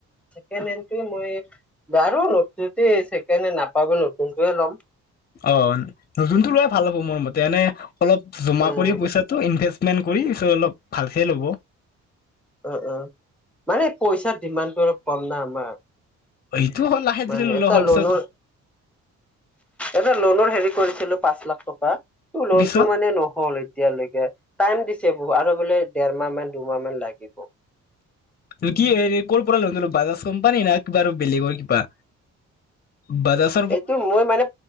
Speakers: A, in the centre; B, on the left (about 30°).
A: ছেকেন হেন তোয়ে মই বাৰু <unintelligible> ছেকেন হেন নাপাব নতুন তোৱে ল'ম।
B: অ'নতুনটো লোৱাই ভাল হ'ব মোৰ মতে এনে অলপ জমা
A: উম,
B: কৰি <unintelligible> তো ইনভেষ্টমেণ্ট কৰি চ' অলপ ভালকে ল'ব।
A: অ' অ'মানে পইচাৰ ডিমাণ্ডটো অলপ কম না আমাৰ।
B: অ'এইটোও হয় লাহে
A: মানে
B: ধীৰে ললে
A: এটা
B: হ'ল
A: লোনৰ
B: পিছত।
A: এটা লোণৰ হেৰি কৰিছিলোঁ পাঁচ লাখ টকা ত' লোণটো
B: পিছত
A: মানে নহ'ল এ এতিয়ালৈকে টাইম দিছে বহু আৰু বোলে দেৰমাহ মান, দুমাহ মান লাগিব।
B: <unintelligible> কি হেৰী কৰ'‌পৰা ললিনো‌ বাজাজ কোম্পানী না কিবা বেলেগৰ কিবা? বাজাজ
A: এইটো মই মানে